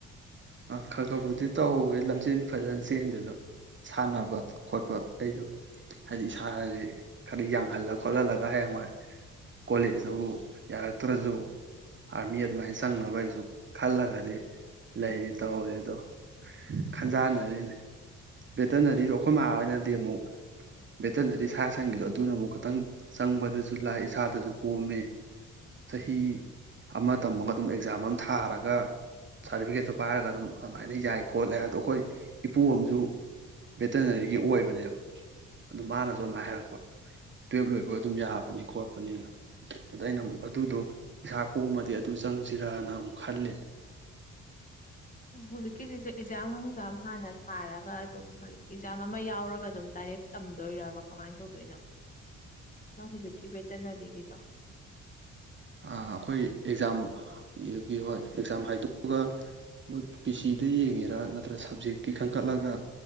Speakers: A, on the right; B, on the left.
A: ꯈ ꯈꯕꯨꯗꯤ ꯇꯧꯋꯦ ꯂꯝꯆꯦꯜꯗꯤ ꯐꯖꯅ ꯆꯦꯟꯗꯦ ꯑꯗꯣ ꯁꯥꯟꯅꯕ ꯈꯣꯠꯄ ꯑꯩꯁꯨ ꯍꯥꯏꯗꯤ ꯏꯁꯥꯟꯅꯁꯤ ꯈꯔ ꯌꯥꯡꯍꯜꯂ ꯈꯣꯠꯍꯜꯂꯒ ꯍꯌꯦꯡꯋꯥꯏ ꯀꯣꯂꯦꯖꯇ ꯌꯥꯔꯛꯇ꯭ꯔꯁꯨ ꯑꯥꯔꯃꯤ ꯑꯗꯨꯃꯥꯏꯅ ꯆꯪꯅꯕ ꯑꯩꯁꯨ ꯈꯜꯂꯒꯗꯤ ꯂꯩꯔꯤ ꯇꯧꯔꯦ ꯑꯗꯣ ꯈꯟꯖꯅꯔꯤꯅꯦ꯫ ꯕꯦꯇꯅꯔꯤꯗꯣ ꯑꯩꯈꯣꯏ ꯃꯥꯥ ꯑꯣꯏꯅꯗꯤ ꯑꯃꯨꯛ ꯚꯦꯇꯅꯔꯤ ꯁꯥ ꯁꯟꯒꯤꯗꯣ ꯑꯗꯨꯅ ꯑꯃꯨꯛ ꯈꯤꯇꯪ ꯆꯪꯕꯗꯁꯨ ꯂꯥꯏ ꯏꯁꯥꯗꯁꯨ ꯀꯣꯝꯃꯤ ꯆꯍꯤ ꯑꯃ ꯇꯝꯃꯒ ꯑꯗꯨꯝ ꯑꯦꯛꯖꯥꯝ ꯑꯃ ꯊꯥꯔꯒ ꯁꯥꯔꯇꯤꯐꯤꯀꯦꯠꯇꯣ ꯄꯥꯏꯔꯒ ꯑꯗꯨꯝ ꯑꯗꯨꯃꯥꯏꯅ ꯌꯥꯏ ꯈꯣꯠꯂꯦ ꯍꯥꯏꯗꯣ ꯑꯩꯈꯣꯏ ꯏꯄꯨ ꯑ ꯑꯃꯁꯨ ꯚꯦꯇꯅꯔꯤꯒꯤ ꯑꯣꯏꯕꯅꯦꯕ ꯑꯗꯨ ꯃꯥꯅꯁꯨ ꯑꯗꯨꯥꯏꯅ ꯍꯥꯏꯔꯛꯄ ꯇꯨꯋꯦꯜꯞ ꯂꯣꯏꯕ ꯑꯗꯨꯝ ꯌꯥꯕꯅꯤ ꯈꯣꯠꯄꯅꯤꯅ ꯑꯗ ꯑꯩꯅ ꯑꯃꯨꯛ ꯑꯗꯨꯗꯣ ꯏꯁꯥ ꯀꯣꯛꯃꯗꯤ ꯑꯗꯨ ꯆꯪꯁꯤꯔꯅ ꯑꯃꯨꯛ ꯈꯜꯂꯤ꯫
B: ꯍꯧꯖꯤꯛꯀꯤꯁꯤꯁꯨ ꯑꯦꯛꯖꯥꯝ ꯅꯨꯡꯖꯥꯝ ꯍꯥꯟꯅ ꯊꯥꯔꯒ ꯑꯗꯨꯝ ꯍꯥꯏꯗꯤ ꯑꯦꯛꯖꯥꯝ ꯑꯃ ꯌꯥꯎꯔꯒ ꯑꯗꯨꯝ ꯗꯥꯏꯔꯦꯛ ꯇꯝꯗꯣꯏꯔꯕ ꯀꯃꯥꯏꯅ ꯇꯧꯗꯣꯏꯅꯣ ꯅꯪ ꯍꯧꯖꯤꯛꯀꯤ ꯚꯦꯇꯅꯔꯤꯒꯤꯗꯣ?
A: ꯑꯩꯈꯣꯏ ꯑꯦꯛꯖꯥꯝꯒꯤ ꯍꯣꯏ ꯑꯦꯛꯖꯥꯝ ꯍꯥꯏꯗꯣꯛꯑꯒ ꯃꯣꯏ ꯄꯤ ꯁꯤꯗ ꯌꯦꯡꯉꯤꯔꯥ ꯅꯠꯇ꯭ꯔ ꯁꯕꯖꯦꯛꯀꯤ ꯈꯟꯀꯠꯂꯒ